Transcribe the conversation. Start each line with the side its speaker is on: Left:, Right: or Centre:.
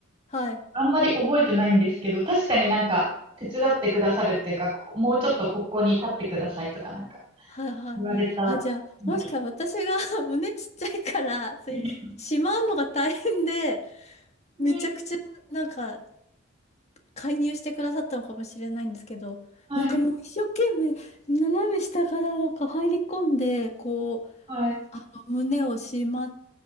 Left: はい、
Right: あんまり覚えてないんですけど、確かになんか、手伝ってくださるっていうか、ここもうちょっとここに立ってくださいとか、なんか、
Left: はい、はい。
Right: 言われたような気が
Left: あ、じゃあ、もしか私が <laughs> 胸ちっちゃいから、そういうしまうのが大変で、
Right: します。
Left: めちゃくちゃ、なんか、介入してくださったのかもしれないんですけど、
Right: <laughs> はい、
Left: なんかもう一生懸命、斜め下からなんか入り込んで、こう、
Right: はい、
Left: あの、胸をしま